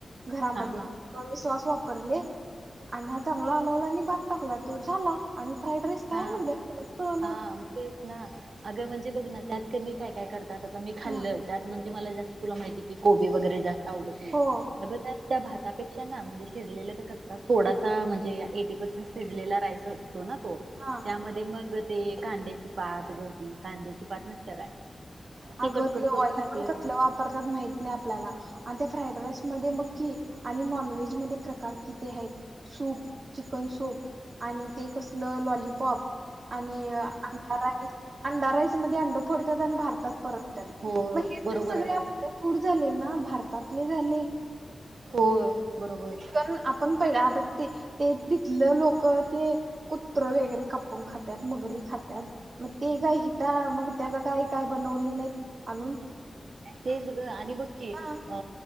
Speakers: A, on the right; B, on the right.
A: घरामध्ये
B: हा हा हा
A: त मी सॉस वापरले. अण्णा चांगला आलावला आणि भात टाकला तो झाला आणि फ्राईड राईस काय
B: हा
A: म्हणलं मलाच कळना
B: हा मगच ना अगं म्हणजे बघ ना त्यात क काय काय करतात. आता मी खाल्लं
A: हा
B: त्यात म्हणजे मला जास्त तुला माहितीये की कोबी वगैरे जा आवडत नाही.
A: हो
B: अग त्यात त्या भा पेक्षा ना म्हणजे शिजलेला तर कच्चा थोडासा म्हणजे एटी पर्सेंट शिजलेला राईस असतो ना तो
A: हा
B: त्यामध्ये मग ते कांद्याची पात ग ती कांद्याची पात नसत्या काय
A: अगं
B: कटकट
A: ते
B: करून
A: ऑइल
B: टाकलंय
A: पण कसलं वापरतात माहित नाही आपल्याला. आणि त्या फ्राईड राईसमध्ये बघ कि आणि नॉनव्हेजमध्ये प्रकार किती आहेत. सूप, चिकन सुप आणि ते कसल लॉलीपॉप आणि अंडा राईस, अंडा राईसमध्ये अंड फोडतात आणि भारतात त्यात
B: हो
A: मग हे
B: बरोबर
A: तर सगळे
B: आहे बरोबर
A: आपले फुड झाले ना भारतातले झाले.
B: होय. बरोबर
A: चिकन आपण पहिलं आता ते ते तिथलं लोक ते कुत्र वगैरे कापून खात्यात, मगरी खात्यात मग ते काय हित मग त्याचा काय काय बनवली नाहीत आणून
B: तेच ग आणि बघ की
A: हा
B: अ